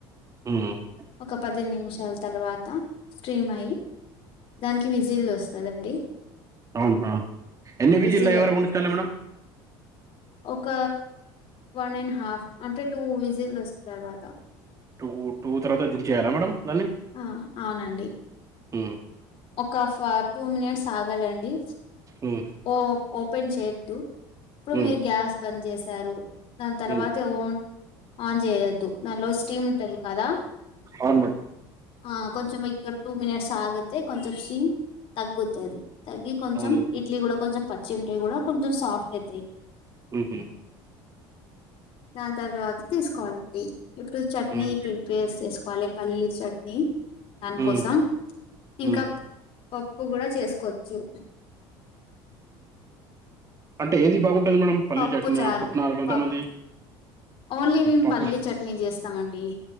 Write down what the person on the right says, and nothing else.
ఉమ్,
అవునా ఎన్ని విజిలా
ఎవరు వొండుస్తరు మేడం
టూ టూ తర్వాత దించేయాలా మేడం దాన్ని
ఉమ్,
ఉమ్,
ఉమ్,
ఉమ్.
అవును మేడం
అవును ఉమ్,
ఉహు
ఉమ్,
ఉమ్, ఉమ్,
అంటే ఏది బాగుంటది మేడమ్ పల్లీ
చట్నా
పుట్నాలు కొంతమంది
పప్పు